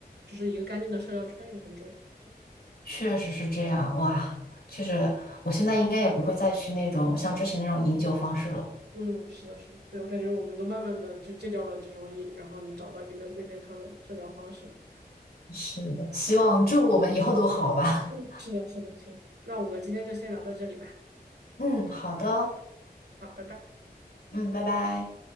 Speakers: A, on the right; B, on the left.
A: 就是一个干净的社交圈也很重要。是，
B: 确实是这样，哇，确实，我现在应该也不会再去那种像之前那种饮酒方式了。
A: 嗯，是的，是的，对，我感觉我们都慢慢的就戒掉了这种瘾，然后你找到一个更健康的社交方式了。
B: 是的，希望祝我们以后都好吧。
A: 嗯，是的，是的，行，那我们今天就先聊到这里吧。
B: <laughs> 嗯，好的，
A: 好，拜拜。
B: 嗯，拜拜。